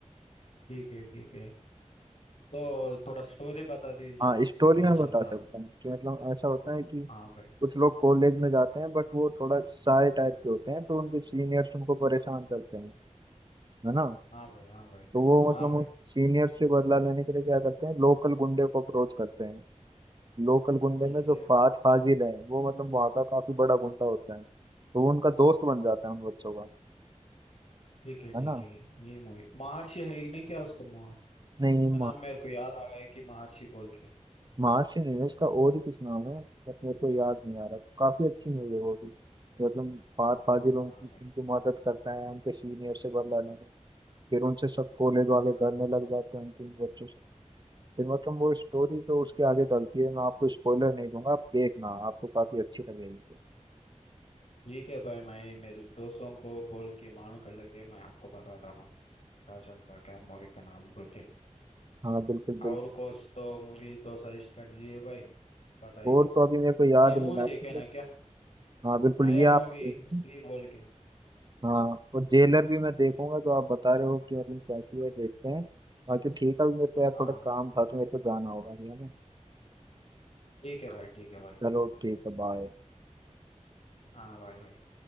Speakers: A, on the left; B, on the right.
A: ठीक है ठीक है तो थोड़ा स्टोरी बता दीजिए
B: हाँ
A: इससे
B: स्टोरी
A: क्या
B: में बता
A: चल रहा
B: सकता हूँ कि मतलब ऐसा होता है कि
A: हाँ भाई
B: कुछ लोग कॉलेज में जाते हैं बट वो थोड़ा शाय टाइप के होते हैं तो उनके सीनियर्स उनको परेशान करते हैं है ना
A: हाँ भाई हाँ भाई
B: तो वो मतलब
A: हाँ भाई
B: उन सीनियर्स से बदला लेने के लिए क्या करते हैं लोकल गुंडे को अप्रोच करते हैं लोकल गुंडे
A: ठीक
B: में जो
A: है
B: फात फाजिल है वो मतलब वहाँ का काफी बड़ा गुंडा होता है तो वो उनका दोस्त बन जाता है उन बच्चों का
A: ठीक है ठीक
B: है ना
A: है ये मूवी महर्षि है ही नहीं क्या उसका मुँह
B: नहीं
A: इसका नाम मेरे को याद आ गया है कि महर्षि बोल के
B: माँ से नहीं है उसका और ही कुछ नाम है बट मेरे को याद नहीं आ रहा तो काफी अच्छी मूवी है वो भी मतलब फाद फाजिल
A: हाँ
B: उनकी
A: भाई
B: उनकी मदद करता है उनके सीनियर से बदला लेने में फिर उनसे सब कॉलेज वाले
A: हाँ
B: डरने लग जाते हैं उनके इन बच्चों से फिर मतलब वो स्टोरी तो उसके आगे चलती है मैं आपको स्पॉइलर नहीं दूंगा आप देखना आपको काफी अच्छी लगेगी
A: ठीक है भाई मैं मेरे दोस्तों को बोल के मालूम कर लेके मैं आपको बताता हूँ क्या चलता क्या मूवी का नाम बोल के
B: हाँ बिल्कुल
A: और
B: बिल्कुल
A: कुछ तो मूवी तो सजेस्ट कर दीजिए भाई बताइए
B: और तो अभी मेरे को याद
A: ये मूवी
B: नहीं
A: देखे
B: आती
A: ना
B: but
A: क्या
B: हाँ बिल्कुल
A: नया
B: ये आप
A: मूवी
B: देखना।
A: हिट थ्री बोल के
B: हाँ और जेलर भी मैं देखूंगा तो आप बता रहे हो कि मतलब कैसी है देखते हैं बाकी ठीक है अभी मेरे को यार
A: हाँ
B: थोड़ा
A: भाई
B: काम था तो मेरे को जाना होगा ठीक है ना
A: ठीक है भाई ठीक है भाई
B: चलो ठीक है बाय
A: हाँ भाई भाई